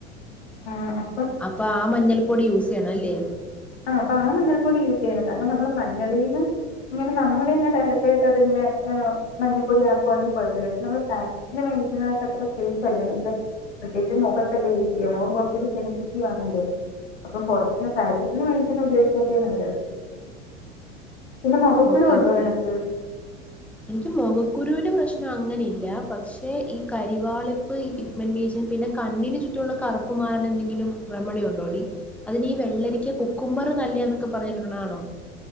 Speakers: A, on the left; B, in the centre.
A: ആ ആ
B: അപ്പൊ ആ മഞ്ഞൾപ്പൊടി യൂസ് ചെയ്യണം അല്ലേ
A: ആ അപ്പം ആ മഞ്ഞൾ പൊടി യൂസ് ചെയ്യുന്നത് കാരണം നമ്മള് മഞ്ഞളീന്ന് ഇങ്ങനെ നമ്മള് തന്നെ ഡയറക്റ്റ് ആയിട്ട് അതിങ്ങനെ മഞ്ഞപ്പൊടി ആക്കുവാണെങ്കിൽ കുഴപ്പമില്ല പക്ഷെ നമ്മൾ പാക്കറ്റിന് മേടിക്കുന്നതൊക്ക അത്ര സേഫ് അല്ല നമ്മുടെ പ്രത്യേകിച്ച് മുഖത്തൊക്കെ യൂസ് ചെയ്യാം മുഖം കുറച്ച് കൂടി സെൻസിറ്റീവ് ആണല്ലോ അപ്പം പുറത്ത്ന്ന് പാക്കറ്റിന് മേടിക്കുന്നത് തന്നെ ഉപയോഗിച്ചാതി നല്ലത് പിന്നെ മുഖക്കുരു
B: ഓക്കെ
A: ഉണ്ടോ
B: ഓക്കെ
A: നിനക്ക്
B: എനിക്ക് മുഖക്കുരുവിന്റെ പ്രശ്നം അങ്ങനെ ഇല്ല പക്ഷെ ഈ കരിവാളിപ്പ് ഈ മെന്റേഷൻ പിന്നെ കണ്ണിന് ചുറ്റുമുള്ള കറുപ്പ് മാറാൻ എന്തെങ്കിലും റെമഡി ഉണ്ടോടി അതിന് ഈ വെള്ളരിക്ക കുക്കുമ്പർ നല്ല എന്നൊക്കെ പറഞ്ഞിട്ടുണ്ട് ഉള്ളതാണോ